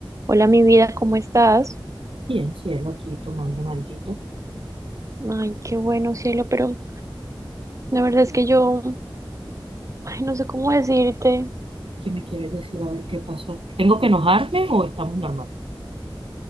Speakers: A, on the right (about 35°); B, on the right (about 80°).
A: Hola, mi vida, ¿cómo estás?
B: Bien, cielo, aquí tomando alguito.
A: Ay, qué bueno, cielo, pero la verdad es que yo, ay, no sé cómo decirte.
B: ¿Qué me quieres decir? A ver qué pasó. ¿Tengo que enojarme o estamos normal?